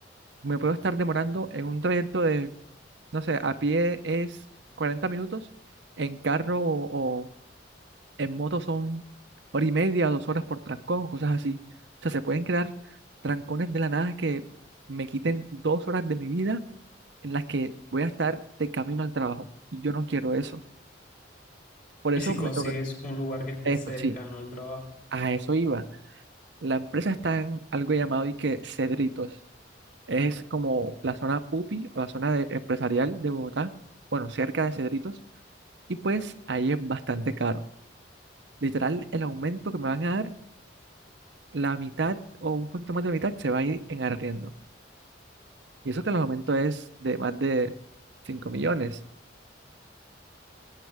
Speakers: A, on the right; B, on the left.
A: me puedo estar demorando en un trayecto de no sé, a pie es 40 minutos, en carro o, o en moto son hora y media, dos horas por trancón, cosas así. O sea, se pueden crear trancones de la nada que me quiten dos horas de mi vida en las que voy a estar de camino al trabajo. Y yo no quiero eso. Por
B: Y
A: eso
B: si consigues
A: me toca
B: un lugar que esté
A: eso,
B: cercano
A: sí,
B: al trabajo.
A: a eso iba. La empresa está en algo llamado y que Cedritos. Es como la zona pupi o la zona de- empresarial de Bogotá, bueno, cerca de Cedritos Y pues ahí es bastante caro. Literal, el aumento que me van a dar, la mitad o un poquito más de la mitad se va a ir en arriendo. Y eso que el aumento es de más de cinco millones.